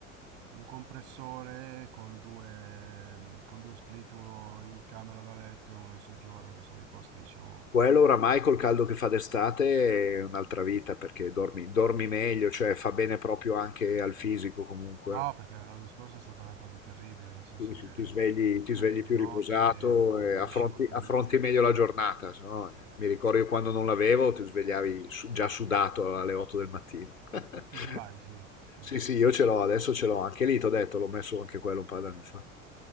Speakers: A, on the right (about 60°); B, on the left (about 80°).
A: eh, un compressore con due, con due split, uno in camera da letto e uno in soggiorno, che sono i posti, diciamo...
B: Quello oramai col caldo che fa d'estate è un'altra vita perché dormi, dormi meglio, cioè fa bene proprio anche al fisico comunque.
A: No, perché l'anno scorso è stata una cosa terribile, nel senso
B: Sì, sì,
A: che
B: ti svegli, ti svegli
A: anche di
B: più
A: notte
B: riposato
A: non,
B: e
A: non
B: affronti,
A: riuscivo a dormire.
B: affronti meglio la giornata, se no, eh, mi ricordo io quando non l'avevo, ti svegliavi su- già sudato alle 8 del mattino. <laughs>
A: Tu ce l'hai, sì. sì.
B: Sì, sì, io ce l'ho, adesso ce l'ho, anche lì, ti ho detto, l'ho messo anche quello un paio d'anni fa.